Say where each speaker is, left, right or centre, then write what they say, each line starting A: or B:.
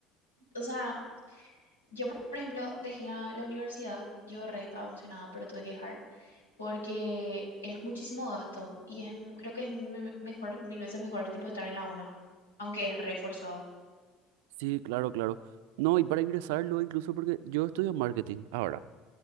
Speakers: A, on the left; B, on the right.
A: o sea, yo por por ejemplo dejé la, la universidad, yo re estaba emocionada, pero tuve que dejar porque es muchísimo gasto y es, m- creo que es me- mejor, mil veces mejor, tipo, estar en la una, aunque es reforzado.
B: Sí, claro, claro. No, y para ingresarlo, incluso porque yo estudio marketing ahora